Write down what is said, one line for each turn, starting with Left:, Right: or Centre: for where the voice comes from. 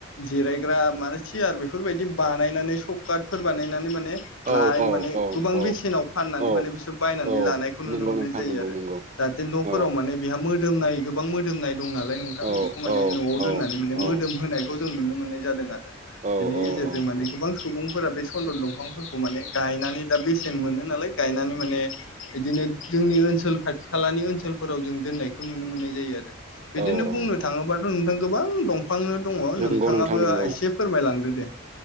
Left: जिरायग्रा माने सियार बेफोरबायदि बानायनानै सकटफोर बानायनानै माने
Right: औ
Left: लाय
Right: औ
Left: माने
Right: औ।
Left: गोबां
Right: औ
Left: बेसेनाव फाननानै
Right: औ
Left: माने बिसोर बायनानै
Right: औ
Left: लानायखौ
Right: नंगौ
Left: नुनो मोननाय
Right: नोंथां
Left: जायो
Right: नंगौ
Left: आरो।
Right: नंगौ
Left: जाहाथे न'फोराव
Right: औ
Left: माने बेहा मोदोमनाय गोबां मोदोमनाय दं नालाय नोंथां
Right: औ
Left: बेखौ माने
Right: औ
Left: न'आव दोननानै माने
Right: औ
Left: मो दोम होनायखौ जों नुनो मोननाय जादों आरो।
Right: औ
Left: बेनि
Right: औ
Left: गेजेरजों माने
Right: औ
Left: गोबां सुबुंफोरा बे सन्दन दंफांफोरखौ माने गायनानै दा बेसेन मोनो नालाय गायनानै माने बिदिनो जोंनि ओनसोल खाथि खालानि ओनसोलफोराव जों दोननायखौ नुनो मोननाय जायो आरो। बिदिनो
Right: औ औ
Left: बुंनो
Right: औ
Left: थाङोबाथ' नोंथां गोबां दं। फांनो दङ
Right: नंगौ
Left: नोंथाङाबो
Right: नोंथां नंगौ
Left: एसे फोरमायलांदो दे।